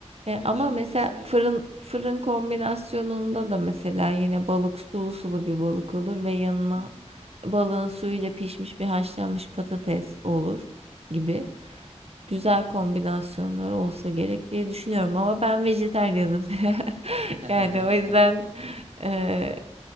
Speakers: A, on the right; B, on the right.
A: E,
B: Neden
A: ama
B: olmasın?
A: mesela
B: Evet.
A: fırın fırın kombinasyonunda da mesela yine balık sulu sulu bir balık olur ve yanına
B: Hı hı,
A: balığın suyuyla pişmiş bir haşlanmış patates olur gibi. Güzel
B: hı hı.
A: kombinasyonlar olsa gerek diye düşünüyorum ama ben vejetaryenim. <laughs>
B: <laughs>
A: Yani o yüzden e,